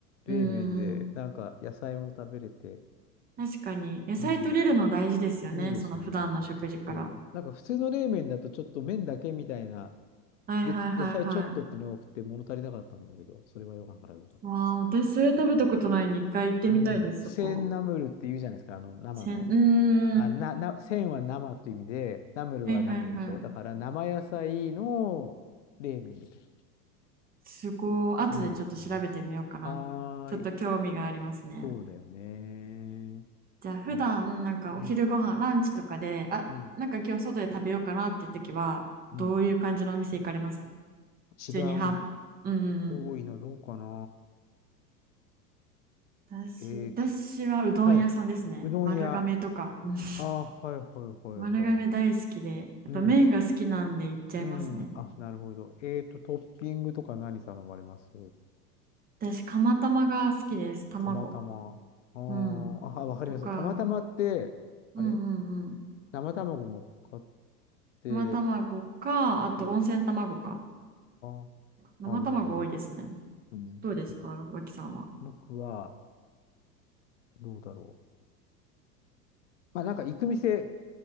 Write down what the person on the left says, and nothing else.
冷麺で、
なんか野菜も食べれて、
うん、いいですよね。
そう。なんか普通の冷麺だとちょっと麺だけみたいな、
で、野菜ちょっとってね、多くて物足りなかったんだけど、それはご飯から良かったです。
うん。センナムルって言うじゃないですか、
あの、生の。
あ、な、な、センは生っていう意味で、ナムルはナムルでしょ。
だから生野菜の冷麺みたい
な意味ですよね。はーい。
そうだよね。
うん、うん、
うん。
うん
一番
多いのどうかな。
えー
はい。うどん屋。
あー、はいはいはいはい。
うん。うん。あ、なるほど。えっと、トッピングとか何頼まれます
釜玉。あーあ、
わかります。
釜玉って、あれ
生卵乗っかって、
うん、あ
あ、なるほど。うん、
僕は、どうだろう。まあ、なんか行く店、